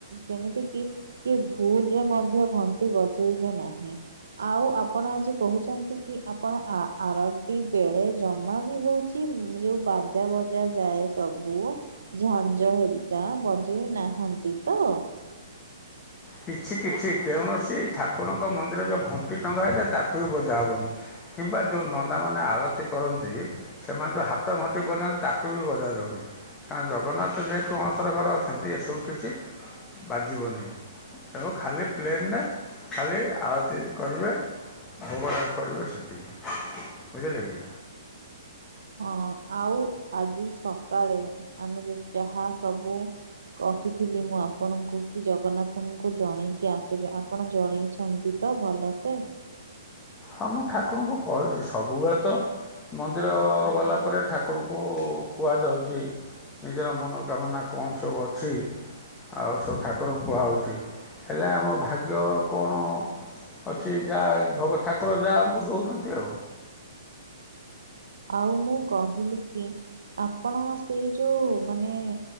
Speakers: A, on the right; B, on the left.
A: ସେମିତି କି କିଏ ଭୁଲରେ ମଧ୍ୟ ଘଣ୍ଟି ବଜେଇବେ ନାହିଁ। ଆଉ ଆପଣ ଆଜି କହୁଛନ୍ତି କି ଆପଣ ଆ ଆରତି ବେଳେ ଜମା ବି ଭୁଲ କି ଉଁ ମଁ ଯୋଉଁ ବାଜା ବଜା ଯାଏ ସବୁ ଝାଞ୍ଜ ହରିକା ବଜେଇ ନାହାନ୍ତି ତ?
B: କିଛି କିଛି କୌଣସି ଠାକୁରଙ୍କ ମନ୍ଦିର ଯେଉଁ ଘଣ୍ଟି ଟଙ୍ଗା ହେଇଥାଏ ତାକୁ ବି ବଜା ହବନି। କିମ୍ବା ଯୋଉ ନନାମାନେ ଆଳତୀ କରନ୍ତି। ସେମାନେ ଯୋଉ ହାତଘଣ୍ଟି ବଜାନ୍ତି ତାକୁ ବି ବଜାଯାଉନି। କାରଣ ଜଗନ୍ନାଥ ଯେହେତୁ ଅଣସର ଘରେ ଅଛନ୍ତି ଏସବୁ କିଛି ବାଜିବନି। ଏବଂ ଖାଲି ପ୍ଲେନରେ ଖାଲି ଆଳତି କରିବେ। ଭୋଗ ରାଗ କରିବେ ସେତିକି, ବୁଝିଲେ କି?
A: ହଁ, ଆଉ ଆଜି ସକାଳେ ଆମେ ଯେତେ ଯାହା ସବୁ କହିଥିଲି ମୁଁ ଆପଣଙ୍କୁ କି ଜଗନ୍ନାଥଙ୍କୁ ଜଣେଇକି ଆସିବେ ଆପଣ ଜଣେଇଛନ୍ତି। ତ ଭଲସେ।
B: ହଁ ମୁଁ ଠାକୁରଙ୍କୁ କହିଛି ସବୁବେଳେ ତ ମନ୍ଦିର ଗଲା ପରେ ଠାକୁରଙ୍କୁ କୁହାଯାଉଛି। ନିଜର ମନୋକାମନା କଣ ସବୁ ଅଛି। ଆଉ ସବୁ ଠାକୁରଙ୍କୁ କୁହାହେଉଛି ହେଲେ ଆମ ଭାଗ୍ୟ କଣ? ଅଛି ଯାହା ଭଗତ ଠାକୁର ଯାହା ଆମକୁ ଦଉଛନ୍ତି ଆଉ।
A: ଆଉ ମୁଁ କହିଲି କି, ଆପଣ ସେଇ ଯୋଉ ମାନେ